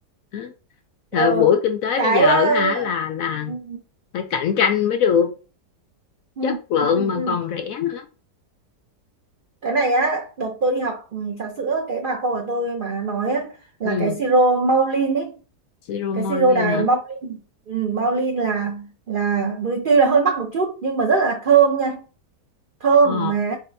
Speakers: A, on the left; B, on the right.
A: Đó.
B: ờ,
A: thời buổi kinh tế
B: cái
A: bây giờ
B: ờ,
A: hả là là
B: ừ,
A: phải cạnh tranh mới được
B: ừ,
A: chất lượng
B: ừ, ừ,
A: mà
B: ừ.
A: còn rẻ nữa
B: cái này á đợt tôi đi học ừ, trà sữa cái bà cô của tôi bà nói á, là
A: ừ
B: cái siro Maulin ấy
A: Siromolin
B: cái siro Đài
A: hả?
B: Maulin ừ, Maulin là là tuy là hơi mắc một chút nhưng mà rất là thơm nha thơm
A: Ờ,
B: mà